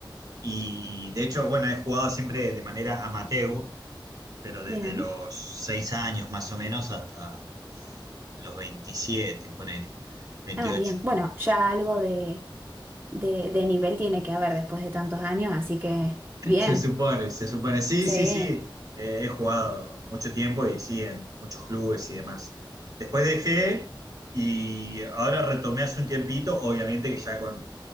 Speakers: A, on the right; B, on the right.
A: y de hecho, bueno, he jugado siempre de manera amateur, pero desde
B: Bien.
A: los 6 años más o menos hasta los 27 ponele, 28.
B: Ah, bien. Bueno, ya algo de, de, de nivel tiene que haber después de tantos años, así que bien.
A: Se supone, se supone. Sí,
B: Sí.
A: sí, sí. Eh, he jugado mucho tiempo y sí, en muchos clubes y demás. Después dejé y ahora retomé hace un tiempito, obviamente que ya con